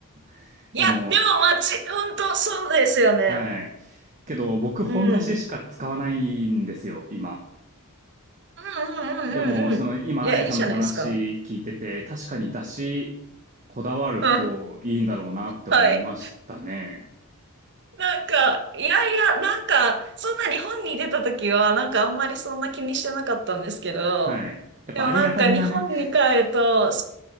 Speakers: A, on the right (about 35°); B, on the right (about 55°).
A: <laughs>
B: いや、
A: でも、
B: でも街、本当そうですよね。
A: はい。けど、僕、本出ししか使わないんですよ、
B: うん。うん
A: 今。
B: うんうんうんうん。
A: でも、その、今、
B: いや、
A: あやさんの話聞いてて、
B: いいじゃないですか。<laughs>
A: 確かに出し、こだわるといいんだろうなって思いましたね。
B: うん。はい。なんか、いやいや、なんか、そんな日本に出た時は、なんかあんまりそんな気にしてなかったんですけど、
A: はい。やっぱ、
B: でもなんか日本に帰ると、
A: ありがたみがね。
B: そ